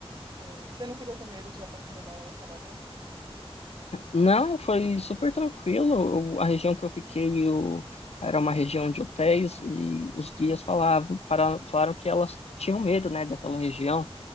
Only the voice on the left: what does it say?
Não, foi super tranquilo. O- A região que eu fiquei eu... era uma região de hotéis e os guias
falavam, fala- falaram que elas tinham medo, né, daquela região.